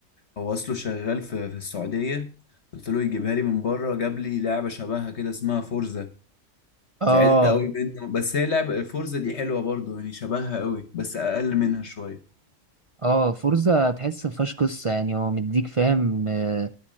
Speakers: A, on the left; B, on the right.
A: هو اصله شغال في في السعوديه قلت له يجيبها لي من بره جاب لي لعبه شبهها كده اسمها فورزا
B: اه
A: زعلت قوي منه بس هي لعبه الفورزا دي حلوه برضه يعني شبهها قوي بس اقل منها شويه
B: اه فورزا تحس مفيهاش قصه يعني هو مديك فاهم آه،